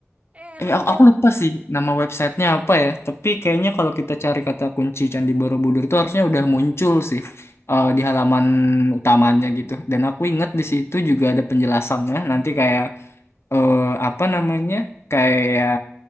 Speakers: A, on the right; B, on the left.
A: Eh, enak
B: Eh aku,
A: dong.
B: aku lupa sih nama websitenya apa ya, tapi kayaknya kalau kita cari kata kunci Candi Borobudur tuh harusnya udah muncul sih eh, di halaman utamanya gitu. Dan aku ingat di situ juga ada penjelasannya nanti kayak eh apa namanya kayak